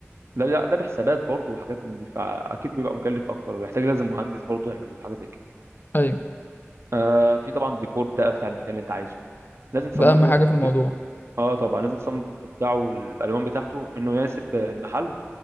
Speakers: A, on the right; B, on the left.
A: لا لا ده بحسابات برضه وحاجات من دي فاكيد بيبقى مكلف اكتر ويحتاج لازم مهندس برضه يعمله حاجه زي كده
B: ايوه
A: آه في طبعا ديكور بقى بتاع المكان اللي انت عايزه لازم تصممه
B: ده اهم حاجه في
A: د...
B: الموضوع
A: اه طبعا لازم تصمم الديكور بتاعه والالوان بتاعته انه يناسب المحل